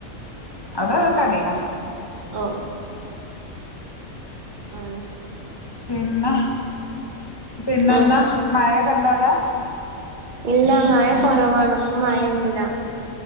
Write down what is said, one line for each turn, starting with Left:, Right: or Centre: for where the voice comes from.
Left: അവിടെ കടേലാ
Right: ഓ ആ
Left: പിന്നെ പിന്നെ
Right: ഏഹ്
Left: എന്താ മഴ കണ്ടൊ ട
Right: ഇല്ല മഴ കുറവാണ് ഇപ്പ മഴൊന്നുല്ല